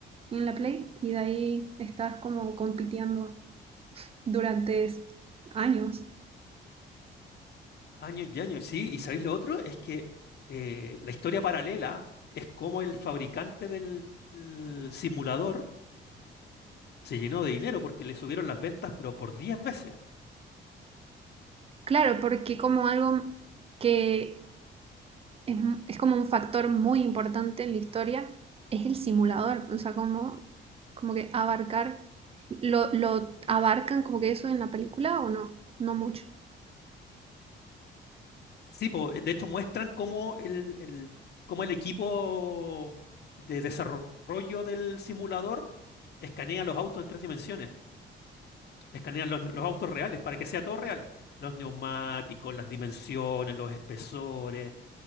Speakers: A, on the right; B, on the left.
A: en la Play y de ahí estás como compitiendo. durante años.
B: Años y años, sí. ¿Y sabéis lo otro? Es que eh, la historia paralela es como el fabricante del del simulador se llenó de dinero porque le subieron las ventas, pero por diez veces.
A: Claro, porque como algo que es, es, como un factor muy importante en la historia es el simulador, o sea, como, como que abarcar, lo, lo abarcan como que eso en la película o no, no mucho.
B: Sí, po, de hecho muestran cómo el, el- cómo el equipo de desarrollo del simulador escanea los autos en tres dimensiones. Escanean los, los autos reales para que sea todo real. Los neumáticos, las dimensiones, los espesores.